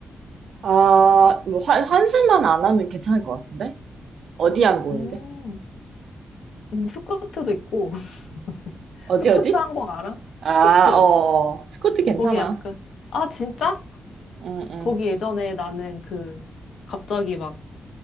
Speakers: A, on the right; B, on the left.
A: 아, 뭐, 환, 환승만 안 하면 괜찮을 것 같은데? 어디 항공인데?
B: 음, 음, 스쿠트도 있고. <laughs>
A: 어디,
B: 스쿠트
A: 어디?
B: 항공 알아? 스쿠트.
A: 아, 어, 스쿼트 괜찮아.
B: 거기 약간, 아, 진짜?
A: 응응.
B: 거기 예전에 나는 그, 갑자기 막,